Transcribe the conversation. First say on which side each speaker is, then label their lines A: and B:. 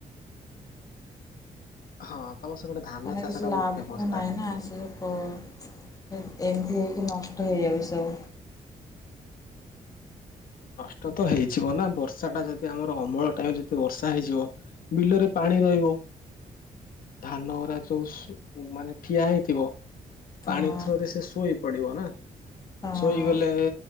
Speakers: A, on the left; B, on the left.
A: ହଁ। ତମ ସେ ଗୋଟେ ଧାନ
B: ମାନେ
A: ଚାଷ
B: କିଛି
A: ଟା
B: ଲାଭ
A: ବହୁତ ଫେମସ
B: ନାହିଁ
A: ଥାଏ
B: ନହିଁ ନା ସେ କ ଅ ଏମିତି ହେଇକି ନଷ୍ ନଷ୍ଟ ହେଇଯାଉ ସବୁ
A: ନଷ୍ଟ ତ ହେଇଯିବ ନା ବର୍ଷା ଟା ଯଦି ଆମର ଅମଳ ଟାଇମରେ ଯଦି ବର୍ଷା ହେଇଯିବ ବିଲରେ ପାଣି ପାଣି ଗୁରା ରହିବ ଧାନ ଗରା ଯୋଉ ସୁ ମାନେ ଠିଆ ହେଇଥିବ ପାଣି
B: ହଁ
A: ଥ୍ରୋରେ ସେ ଶୋଇ ପଡିବ ନା।
B: ହଁ।
A: ଶୋଇଗଲେ